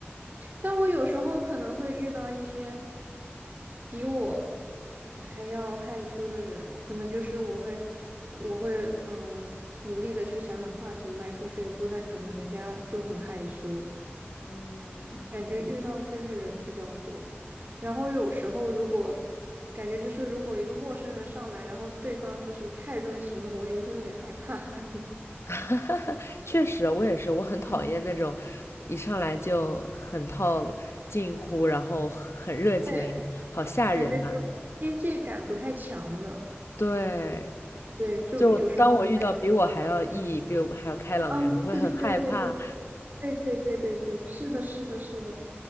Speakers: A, on the right; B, on the left.
A: 但我有时候可能会遇到一些比我还要害羞的人，可能就是我会，我会嗯、呃努力的去想想话题，迈出这一步，但可能人家就很害羞，
B: 嗯，
A: 感觉遇到这类人比较多。然后有时候如果感觉就是如果一个陌生人上来，然后对方就是太热情了，我也会有点害怕，<laughs>
B: <laughs> 确实，我也是，我很讨厌那种
A: 嗯，
B: 一上来就很套近乎，然后很热情的人，
A: 对，
B: 好吓人啊！
A: 感觉是边界感不太强的，
B: 对，
A: 对，就有时候还挺，
B: 就当我遇到比我还要意义、比我还要开朗的人，
A: 嗯，
B: 我会很害怕。
A: 对对对对。对对对对对，是的，是的，是的，